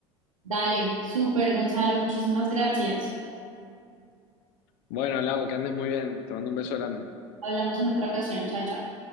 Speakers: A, on the right; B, on the left.
A: Dale, súper, Gonzalo, muchísimas gracias.
B: Bueno, Lau, que andes muy bien. Te mando un beso grande.
A: Hablamos en otra ocasión, chacha.